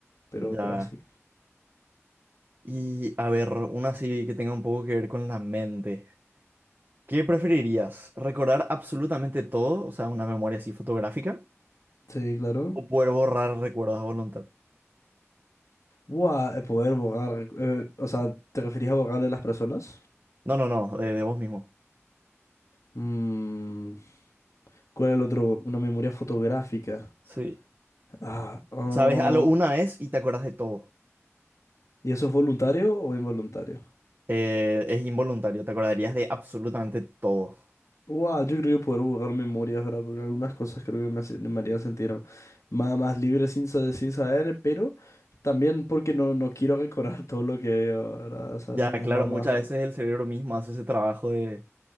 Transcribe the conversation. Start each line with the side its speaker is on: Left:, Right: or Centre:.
Left: pero,
Right: ya.
Left: pero así.
Right: Y a ver, una así que tenga un poco que ver con la mente. ¿Qué preferirías? ¿Recordar absolutamente todo? O sea, una memoria así fotográfica.
Left: Sí, claro.
Right: ¿O poder borrar recuerdos a voluntad?
Left: Buah, eh, poder borrar. eh, o sea, ¿te referís a borrar de las personas?
Right: No, no, no, de, de vos mismo.
Left: Mm, ¿cuál es el otro? Una memoria fotográfica.
Right: Sí.
Left: Ah, oh,
Right: Sabes algo una vez y te acuerdas de todo.
Left: ¿y eso es voluntario o involuntario?
Right: Eh, es involuntario, te acordarías de absolutamente todo.
Left: Buah, yo creo que poder borrar memorias, ¿verdad? Porque algunas cosas creo que me, hace- me harían sentir más, más libre sin, sa- sin saber, pero también porque no, no quiero recordar todo lo que veo, ¿verdad? O sea,
Right: Ya, claro,
Left: es más,
Right: muchas
Left: más. más-
Right: veces el cerebro mismo hace ese trabajo de,